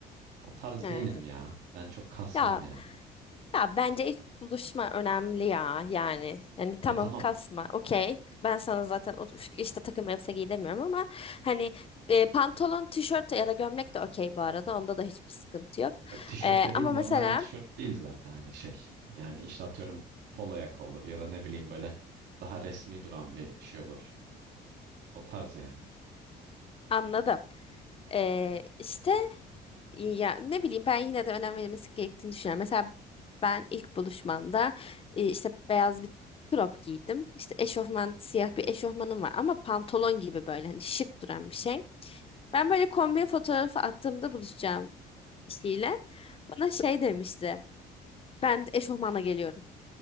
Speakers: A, on the right; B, on the left.
A: O tarz
B: he.
A: değilim ya. Ben çok kasmam
B: Ya
A: yani.
B: Ya bence ilk buluşma önemli ya yani. Yani tamam
A: Ya tamam
B: kasma. Okey. Ben sana zaten o- üf, işte takım elbise giy demiyorum ama hani e, pantolon, tişört ya da gömlek de okey bu arada. Onda da hiçbir sıkıntı yok.
A: ya tişört
B: E,
A: dediğim
B: ama
A: normal
B: mesela
A: tişört değil zaten hani şey. Yani işte atıyorum polo yaka olur ya da ne bileyim böyle daha resmi duran bir şey olur. O tarz yani.
B: anladım. E, işte Ya ne bileyim ben yine de önem verilmesi gerektiğini düşünüyorum. Mesela ben ilk buluşmamda e, işte beyaz bir crop giydim. İşte eşofman siyah bir eşofmanım var ama pantolon gibi böyle hani şık duran bir şey. Ben böyle kombin fotoğrafı attığımda buluşacağım kişiyle bana şey demişti. Ben de eşofmanla geliyorum.